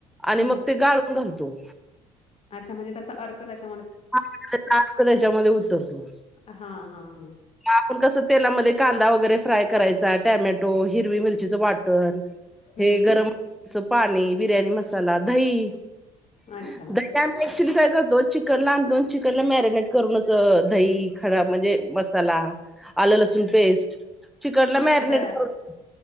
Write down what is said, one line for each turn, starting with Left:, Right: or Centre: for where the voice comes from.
Centre: आणि
Left: हं.
Centre: मग ते गाळून घालत तो
Left: अच्छा, म्हणजे त्याचा अर्क त्याच्या
Centre: <unintelligible> त्याच्यामध्ये उतरतो.
Left: हां, हां, हां.
Centre: आपण कसं तेलामध्ये कांदा वगैरे फ्राय करायचा- टॅमॅटो, हिरवी मिरचीचं वाटण,
Left: हं.
Centre: हे गरम, च पाणी, बिर्याणी मसाला, दही,
Left: अच्छा.
Centre: <inaudible> गटा में <unintelligible> ऍक्चुअली काय करतो, चिकनला आणतो आणि चिकनला मॅरीनेट करुणाचं दही, खडा म्हणजे मस मसाला, आल लसूण पेस्ट, चिकनला
Left: हां, मग
Centre: मॅरनेट
Left: द
Centre: करुन